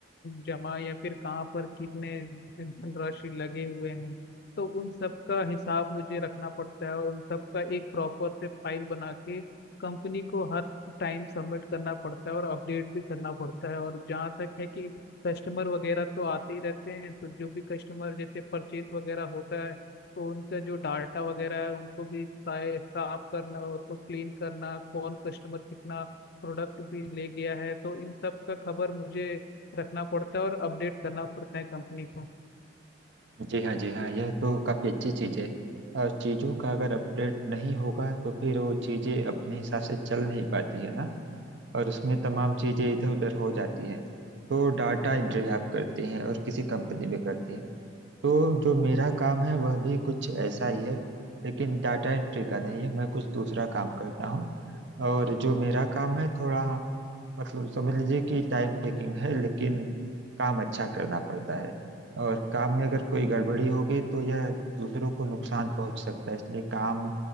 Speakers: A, on the left (about 60°); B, on the right (about 80°).
A: जमा या फिर कहाँ पर कितने धनराशि लगे हुए हैं तो उन सब का हिसाब मुझे रखना पड़ता है और उन सब का एक प्रॉपर से फाइल बना के कंपनी को हर टाइम सबमिट करना पड़ता है और अपडेट भी करना पड़ता है और जहाँ तक है कि कस्टमर वगैरह तो आते ही रहते हैं तो जो भी कस्टमर जैसे परचेस वगैरह होता है तो उनका जो डाटा वगैरह है उनको भी साए- साफ करना हो तो क्लीन करना कौन कस्टमर कितना प्रोडक्ट भी ले गया है तो इन सब का खबर मुझे रखना पड़ता है और अपडेट करना पड़ता है कंपनी को
B: जी हाँ जी हाँ यह तो काफ़ी अच्छी चीज़ है और चीज़ों का अगर अपडेट नहीं होगा तो फिर वो चीज़ें अपने हिसाब से चल नहीं पाती है ना और उसमें तमाम चीज़ें इधर उधर हो जाती है तो डाटा एंट्री आप करते हैं और किसी कंपनी में करते हैं तो जो मेरा काम है वह भी कुछ ऐसा ही है लेकिन डाटा एंट्री का नहीं है मैं कुछ दूसरा काम करता हूँ और जो मेरा काम है थोड़ा मतलब समझ लीजिए कि टाइम टेकिंग है लेकिन काम अच्छा करना पड़ता है और काम में अगर कोई गड़बड़ी होगी तो यह दूसरों को नुकसान पहुंच सकता है इसलिए काम